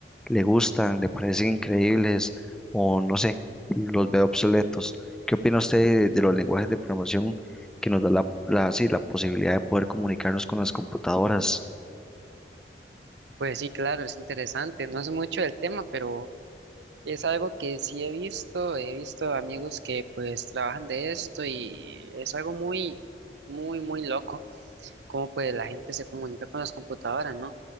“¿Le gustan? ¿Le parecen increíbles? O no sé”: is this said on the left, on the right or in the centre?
Centre